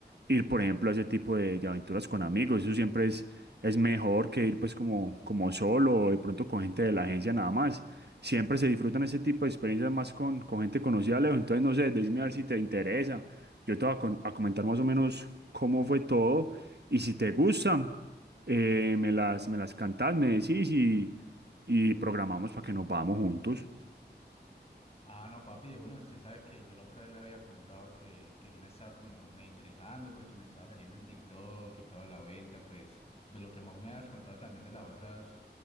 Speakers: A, on the right; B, on the left.
A: ir, por ejemplo, a ese tipo de, de aventuras con amigos, eso siempre es, es mejor que ir pues como, como solo o de pronto con gente de la agencia nada más. Siempre se disfrutan ese tipo de experiencias más con, con gente conocida, Leo. Entonces, no sé, decime a ver si te interesa. Yo te voy a, con- a comentar más o menos cómo fue todo y si te gustan, eh, me las, me las cantás, me decís y, y programamos para que nos vamos juntos.
B: Ah, no, papi, uno, usted sabe que yo la otra vez le había contado que, que sí me estaba como me interesando porque me estaba saliendo en TikTok y toda la vuelta, pues, y pues lo que más me has contado también de las otras,